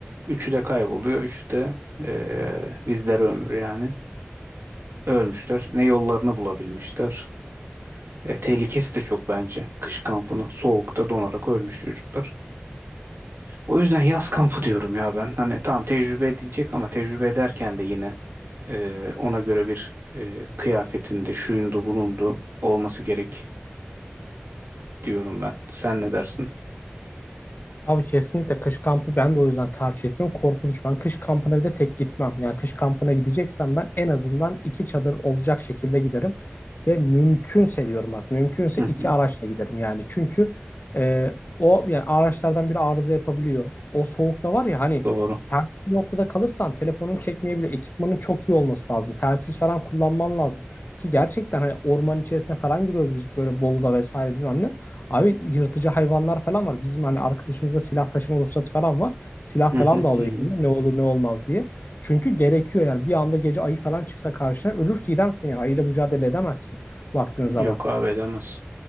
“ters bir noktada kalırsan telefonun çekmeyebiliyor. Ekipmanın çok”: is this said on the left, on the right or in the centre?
Left